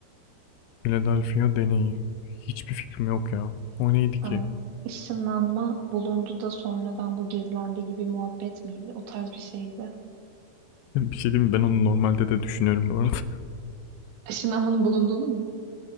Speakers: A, on the left; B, on the right.
A: Philadelphia deneyi. Hiçbir fikrim yok ya. O neydi
B: aa,
A: ki?
B: ışınlanma bulundu da sonradan bu gizlendi gibi muhabbet miydi? O tarz bir şeydi.
A: Bir şey diyeyim mi? Ben onu normalde de düşünüyorum bu arada.
B: Işınlanmanın bulunduğunu mu?